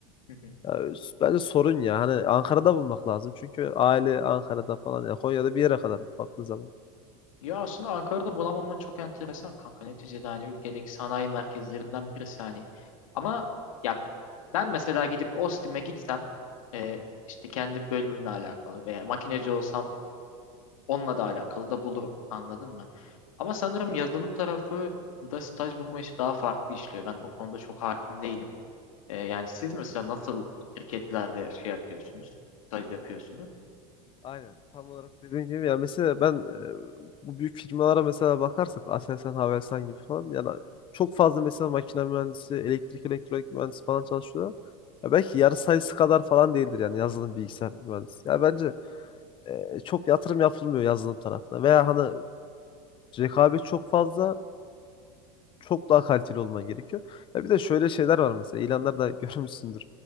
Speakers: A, on the left (about 85°); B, on the left (about 30°).
A: Hı hı.
B: Ya, s- bence sorun ya. Hani Ankara'da bulmak lazım. Çünkü aile Ankara'da falan. Ya Konya'da bir yere kadar baktığın zaman.
A: Ya aslında Ankara'da bulamaman çok enteresan kanka. Neticede hani ülkedeki sanayi merkezlerinden birisi hani. Ama ya ben mesela gidip Ostim'e gitsem e, işte kendi bölümümle alakalı veya makineci olsam onunla da alakalı da bulurum. Anladın mı? Ama sanırım yazılım tarafı da staj bulma işi daha farklı işliyor. Ben o konuda çok hakim değilim. E, yani siz mesela nasıl şirketlerde şey yapıyorsunuz, staj yapıyorsunuz?
B: Aynen. Tam olarak dediğin gibi yani mesela ben e, bu büyük firmalara mesela bakarsak Aselsan, Havelsan gibi falan yani çok fazla mesela makine mühendisi, elektrik elektronik mühendisi falan çalışıyorlar. Ya belki yarı sayısı kadar falan değildir yani yazılım bilgisayar mühendisi. Ya bence e, çok yatırım yapılmıyor yazılım tarafına veya hani rekabet çok fazla çok daha kaliteli olman gerekiyor. Ya bir de şöyle şeyler var mesela ilanlarda <laughs> görmüşsündür.